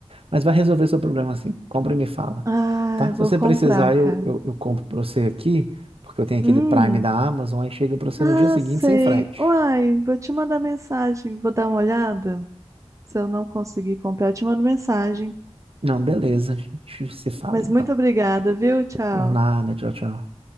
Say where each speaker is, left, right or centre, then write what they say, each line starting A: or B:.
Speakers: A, on the right; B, on the right.
A: Mas vai resolver seu problema assim, compra e me fala,
B: Ai,
A: tá? Se
B: vou
A: você
B: comprar,
A: precisar,
B: cara.
A: eu, eu, eu compro para você aqui, porque eu tenho aquele
B: Hum.
A: Prime da Amazon, aí chega para você
B: Ah,
A: no dia seguinte
B: sei.
A: sem frete.
B: Uai, vou te mandar mensagem. Vou dar uma olhada. Se eu não conseguir comprar, eu te mando mensagem.
A: Não, beleza. A gente se fala
B: Mas
A: então.
B: muito obrigada, viu? Tchau.
A: Por nada. Tchau, tchau.